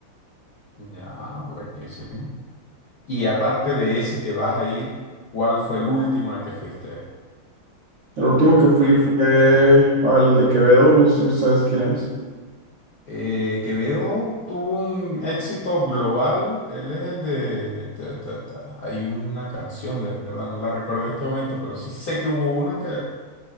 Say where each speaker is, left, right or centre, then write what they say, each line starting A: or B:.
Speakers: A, on the left; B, on the right.
A: ya, buenísimo. Y aparte de ese que vas a ir, ¿cuál fue el último al que fuiste?
B: El último que fui fue al de Quevedo, no sé si sabes quién es,
A: Eh, Quevedo tuvo un éxito global. Él es el de... ta, ta, ta. Hay una canción, de verdad, no la recuerdo en este momento, pero sí sé que hubo una que,